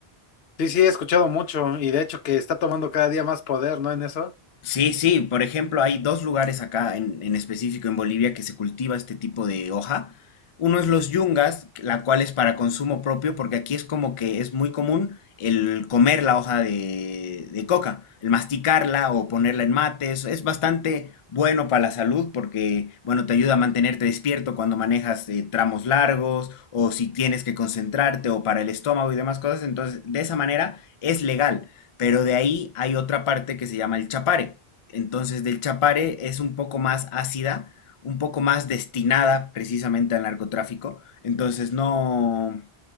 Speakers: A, on the left; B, on the left.
A: Sí, sí, he escuchado mucho y de hecho que está tomando cada día más poder, ¿no? En eso.
B: Sí, sí, por ejemplo, hay dos lugares acá en, en específico en Bolivia que se cultiva este tipo de hoja. Uno es los yungas, la cual es para consumo propio, porque aquí es como que es muy común el comer la hoja de, de coca, el masticarla o ponerla en mates. Es bastante bueno para la salud porque, bueno, te ayuda a mantenerte despierto cuando manejas eh, tramos largos o si tienes que concentrarte o para el estómago y demás cosas. Entonces, de esa manera es legal. Pero de ahí hay otra parte que se llama el Chapare. Entonces, del Chapare es un poco más ácida, un poco más destinada precisamente al narcotráfico. Entonces, no,